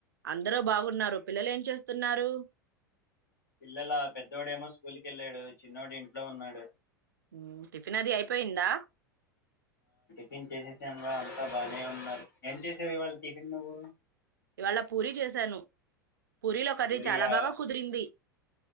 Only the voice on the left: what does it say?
పిల్లల పెద్దోడేమో స్కూల్ కి కెళ్ళాడు చిన్నోడు ఇంట్లో ఉన్నాడు
నేను చేసాను ఆల్రె త బానే ఉన్నారు ఏం చేస్ ఇవ్ ఇవాళ టిఫిన్ నువ్వు
పూరియా